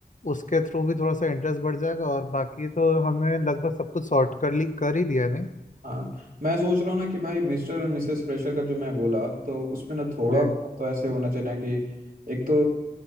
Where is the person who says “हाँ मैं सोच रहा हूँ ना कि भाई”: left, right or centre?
Right